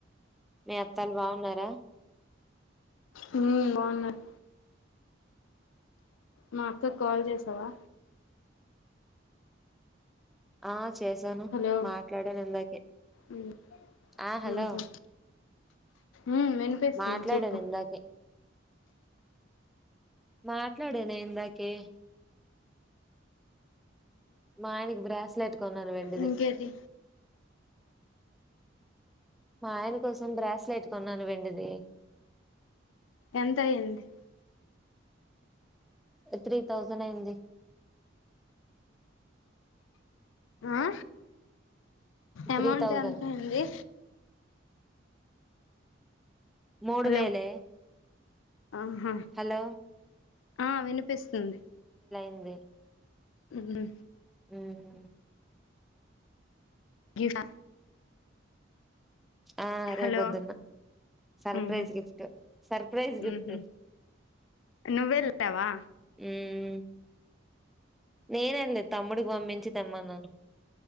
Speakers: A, in the centre; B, on the left.
A: మీ అత్తాలు బాగున్నారా
B: హ్మ్ బాగున్నారు మా అక్క కి కాల్ చేసావా
A: ఆ చేశాను
B: హలో
A: మాట్లాడాను ఇందాకే
B: మ్మ్
A: ఆ హలో
B: ఉహు ఉమ్ వినిపిస్తుంది
A: మాట్లాడాను
B: చెప్పు
A: ఇందాకే మాట్లాడనే ఇందాకే మా ఆయనకి బ్రాస్ లైట్ కొన్నాను వెండిది
B: ఇంకేటి
A: మా ఆయన కోసం బ్రాస్ లైట్ కొన్నాను వెండిది
B: ఎంత అయింది
A: త్రీ థౌజండ్ అయింది
B: ఆ అమౌంట్
A: త్రీ థౌజండ్
B: ఎంత అయింది
A: మూడు
B: హలో
A: వేలే
B: ఆహా
A: హలో
B: ఆ వినిపిస్తుంది
A: ది
B: హ్మ్
A: హ్మ్
B: గీఫా
A: ఆ రేప్
B: హలో
A: పోద్దున్న సర్ప్రైజ్
B: ఉహు
A: గిఫ్ట్ సర్ప్రైజ్ గిఫ్ట్
B: ఉహు నువ్వెళ్ళావా
A: హ్మ్ నేనెంది తమ్ముడికి పంపించి తెమ్మన్నను